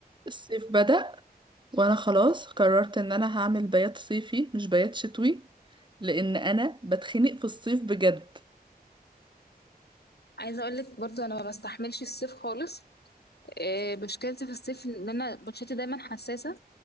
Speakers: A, on the right; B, on the left.
A: الصيف بدأ وانا خلاص قررت ان انا هعمل بيات صيفي مش بيات شتوي لان انا بتخنق في الصيف بجد
B: عايزه اقول لك برضو انا ما بستحملش الصيف خالص آه، مشكلتي في الصيف ان انا بشرتي دايما حساسه